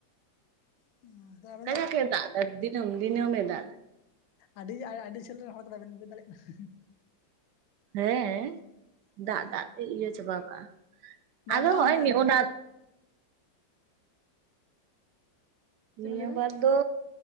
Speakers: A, on the left; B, on the right.
A: <inaudible>
B: ᱠᱟᱡᱟᱠ ᱮ ᱫᱟᱜᱫᱟ ᱫᱤᱱᱚᱢ ᱫᱤᱱᱚᱢᱮ ᱫᱟᱜ ᱫᱟ᱾
A: ᱟᱹᱰᱤ ᱟᱹᱰᱤ ᱡᱷᱟᱹᱞ ᱨᱮᱱ ᱦᱚᱲ ᱠᱟᱱᱟ ᱵᱮᱱ ᱵᱩᱡᱽ ᱫᱟᱲᱮᱭᱟᱜ ᱠᱟᱱᱟ᱾
B: ᱦᱮᱸᱻ
A: ᱠᱟᱱᱟ
B: ᱫᱟᱜ ᱫᱟᱜ ᱛᱮ ᱤᱭᱟᱹ ᱪᱟᱵᱟ ᱠᱟᱜ-ᱟ,
A: ᱵᱟᱝ
B: ᱟᱫᱚ
A: ᱵᱟᱝ
B: ᱦᱚᱜ-ᱚᱭ
A: ᱵᱟᱝ
B: ᱚᱱᱟ ᱱᱤᱭᱟᱹᱵᱟᱨ
A: ᱪᱮᱫ ᱵᱮᱱ ᱞᱟᱹᱭᱫᱟ
B: ᱫᱚ